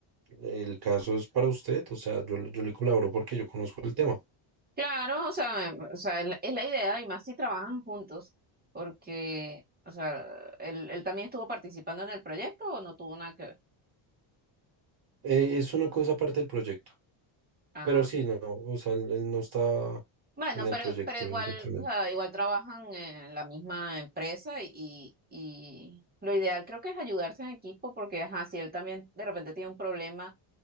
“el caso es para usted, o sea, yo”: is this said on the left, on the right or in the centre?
Right